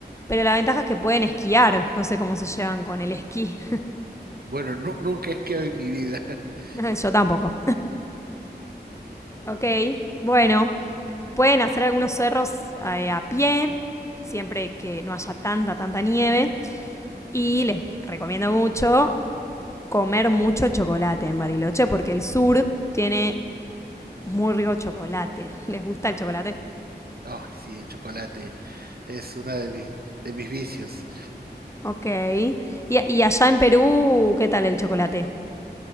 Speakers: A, on the left (about 15°); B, on the right (about 60°).
A: pero la ventaja es que pueden esquiar. No sé cómo se llevan con el esquí.
B: Bueno, nu- nunca he quedado en mi vida. <laughs>
A: <laughs> Yo tampoco. Ok, bueno, pueden hacer algunos cerros eh, a pie, siempre que no haya tanta, tanta nieve. Y les recomiendo mucho comer mucho chocolate en Bariloche, porque el sur tiene muy rico chocolate. <laughs> ¿Les gusta el chocolate?
B: Ay, sí, el chocolate es uno de mis, de mis vicios.
A: Ok. ¿Y, y allá en Perú qué tal el chocolate?